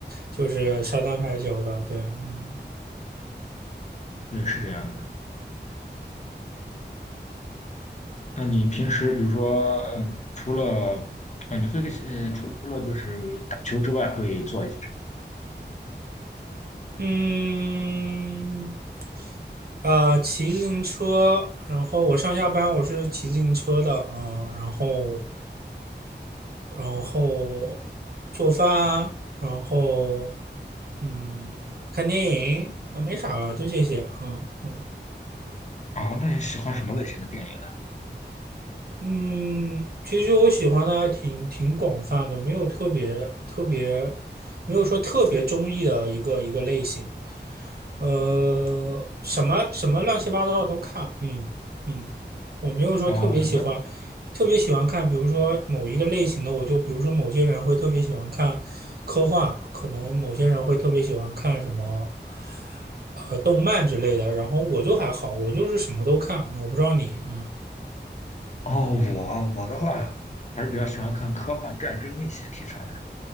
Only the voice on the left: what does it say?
对，是这样的。那你平时比如说，嗯，除了啊，你会呃，除除了就是打球之外，会做一些什么？
啊，那你喜欢什么类型的电影
呢？哦，那
哦，我我的话还是比较喜欢看科幻、战争一些题材的，